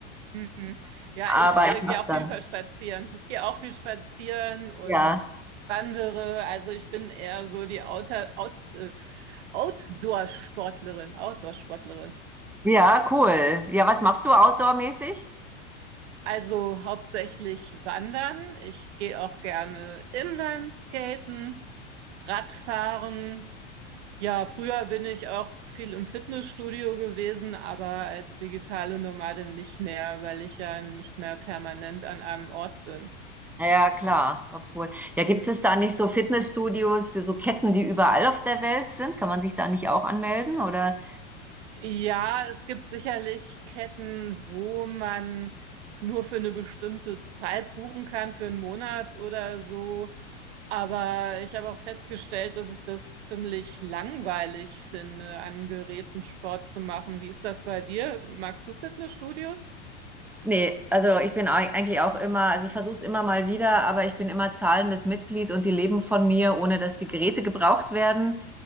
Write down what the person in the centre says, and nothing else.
Aber
ich mach's
dann.
Ja.
Ja, cool. Ja, was machst du outdoor-mäßig?
Ja, ja, klar. Obwohl, ja, gibt es da nicht so Fitnessstudios, so Ketten, die überall auf der Welt sind? Kann man sich da nicht auch anmelden? Oder
Nee, also ich bin ei- eigentlich auch immer, also ich versuche es immer mal wieder, aber ich bin immer zahlendes Mitglied und die leben von mir, ohne dass die Geräte gebraucht werden.